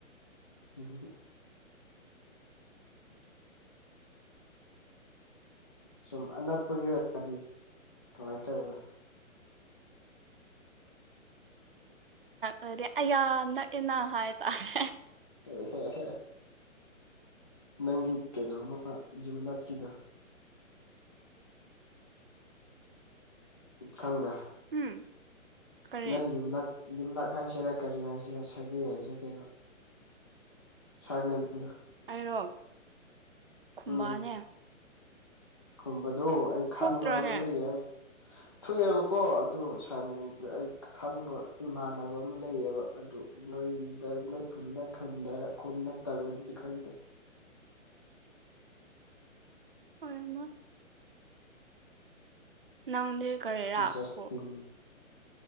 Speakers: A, on the left (about 20°); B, on the right (about 45°).
A: ꯎꯝ ꯁꯨꯝ ꯑꯅꯛꯄꯒꯤ ꯑꯣꯏꯔꯗꯤ ꯀꯃꯥꯏꯅ ꯇꯧꯋ
B: ꯎꯝꯗꯤ ꯑꯌꯥ ꯅꯛꯑꯦꯅ ꯍꯥꯏꯇꯥꯔꯦ
A: ꯑꯦꯍꯍ ꯅꯪꯒꯤ ꯀꯩꯅꯣꯝꯃ ꯌꯨꯝ ꯅꯛꯀꯤꯗ ꯎꯠ ꯈꯪꯕ꯭ꯔꯥ
B: ꯎꯝ ꯀꯔꯤ
A: ꯅꯪ ꯌꯨꯝꯂꯛ ꯌꯨꯝꯂꯛ ꯍꯥꯏꯁꯤꯔꯥ ꯀꯔꯤ ꯍꯥꯏꯁꯤꯔꯥ ꯁꯒꯦ ꯍꯥꯏꯁꯤꯔꯥ ꯀꯩꯅꯣ ꯁꯥꯔꯅꯦꯗ
B: <unintelligible> ꯈꯨꯝꯕꯥꯅꯦ
A: ꯎꯝ ꯈꯨꯝꯕꯗꯣ ꯑꯩ
B: ꯊꯣꯛꯇ꯭ꯔꯅꯦ
A: ꯈꯥꯡꯕ ꯑꯃ ꯂꯩꯌꯦ
B: <unintelligible>
A: ꯊꯣꯛꯑꯦꯕꯀꯣ ꯑꯗꯨꯗ ꯁꯥꯔꯅꯦꯗ ꯑꯩ ꯈꯪꯕ ꯏꯃꯥꯟꯅꯕ ꯑꯃ ꯂꯩꯌꯦꯕ ꯑꯗꯨ ꯅꯣꯏꯗ ꯅꯣꯏ ꯈꯨꯟꯗꯟꯗ ꯈꯨꯟ ꯅꯠꯇꯕꯗꯤ ꯈꯪꯗꯦ
B: ꯍꯔ ꯃ ꯅꯪꯗꯤ ꯀꯔꯦꯔꯥꯈꯣ
A: ꯖꯁꯇꯤꯟ